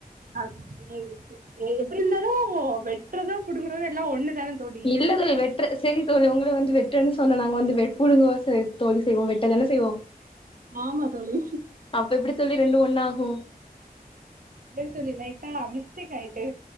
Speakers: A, on the right; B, on the left.
A: எப்டி இருந்தாலும் வெட்டுறதோ புடுங்கறதோ எல்லா ஒண்ணுதான தோழி
B: இதுலது வெற்று செரி தோழி உங்கள வந்து வெட்டுன்னு சொன்னா நாங்க வந்து வெ புடுங்குவா செய் தோழி செய்வோ வெட்டதானே செய்வோ
A: ஆமா தோழி
B: அப்ப எப்டி தோழி ரெண்டு ஒண்ணு ஆகு
A: சரி தோழி லைட்டா மிஸ்டேக் ஆயிட்டு